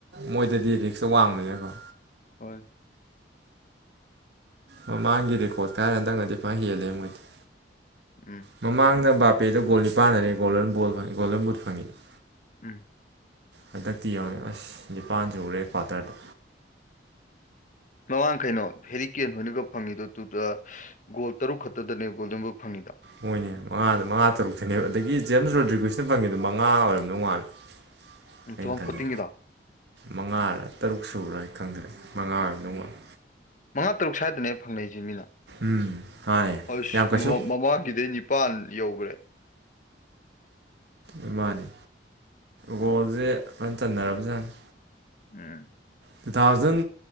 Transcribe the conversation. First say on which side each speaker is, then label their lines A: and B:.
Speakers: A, on the right (about 65°); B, on the left (about 45°).
A: ꯃꯣꯏꯗꯗꯤ ꯔꯤꯛꯁꯇꯣ ꯋꯥꯡꯕꯅꯀꯣ
B: ꯍꯣꯏ
A: ꯃꯃꯥꯡꯒꯤ ꯔꯦꯀꯣꯔꯠꯇ ꯍꯥꯏꯔꯒ ꯍꯟꯗꯛꯅꯗꯤ ꯐꯥꯍꯦꯜꯂꯦ ꯃꯣꯏꯗꯤ
B: ꯎꯝ
A: ꯃꯃꯥꯡꯗ ꯕꯥꯄꯦꯗꯣ ꯒꯣꯜ ꯅꯤꯄꯥꯜꯗꯅꯦ ꯒꯣꯜꯗꯟ ꯕꯣꯜ ꯒꯣꯜꯗꯟ ꯕꯨꯠ ꯐꯪꯉꯤꯗꯣ
B: ꯎꯝ
A: ꯍꯟꯗꯛꯇꯤ ꯌꯦꯡꯉꯣꯅꯦ ꯑꯁ ꯅꯤꯄꯥꯟ ꯁꯨꯒꯔꯦ ꯀ꯭ꯋꯥꯇꯔꯗ
B: ꯂꯨꯋꯥꯡ ꯀꯩꯅꯣ ꯍꯦꯔꯤꯀꯦꯟ ꯍꯣꯏꯅꯒ ꯐꯪꯉꯤꯗꯣ ꯇꯨꯇꯨꯑ ꯒꯣꯜ ꯇꯔꯨꯛ ꯈꯛꯇꯗꯅꯦ ꯒꯣꯜꯗꯟ ꯕꯨꯠ ꯐꯪꯉꯤꯗꯣ
A: ꯍꯣꯏꯅꯦ ꯃꯉꯥꯗ ꯃꯉꯥ ꯇꯔꯨꯛꯇꯅꯦꯕ ꯑꯗꯒꯤ ꯖꯦꯝꯁ ꯔꯣꯗ꯭꯭ꯔꯤꯒꯨꯁꯅ ꯐꯪꯉꯤꯗꯣ ꯃꯉꯥ ꯑꯣꯏꯔꯝꯗꯧ ꯃꯥꯜꯂꯦ <unintelligible>
B: ꯇꯨ
A: <inaudible> ꯑꯩꯅ
B: ꯊꯥꯎꯖꯟ
A: ꯈꯟꯂꯦ
B: ꯐꯣꯔꯇꯤꯟꯒꯤꯗꯣ
A: ꯃꯉꯥꯔ ꯇꯔꯨꯛ ꯁꯨꯕ꯭ꯔꯥ ꯑꯩ ꯈꯪꯗ꯭ꯔꯦ ꯃꯉꯥ ꯑꯣꯏꯔꯝꯗꯧꯃꯥꯜꯂꯦ
B: ꯃꯉꯥ ꯇꯔꯨꯛ ꯁ꯭ꯋꯥꯏꯗꯅꯦ ꯐꯪꯅꯩꯁꯦ ꯃꯤꯅ
A: ꯎꯝ ꯃꯥꯅꯦ
B: ꯑꯁ
A: ꯌꯥꯝ ꯀꯩꯁꯨ
B: ꯃꯃꯥꯡꯒꯤꯗꯩꯅꯤꯞ ꯄꯥꯟ ꯌꯧꯈ꯭ꯔꯦ
A: ꯎꯝ ꯃꯥꯅꯦ ꯒꯣꯜꯁꯦ ꯐꯖꯅ ꯆꯟꯅꯔꯕꯖꯥꯠꯅꯤ
B: ꯎꯝ
A: ꯇꯨ ꯊꯥꯎꯖꯟ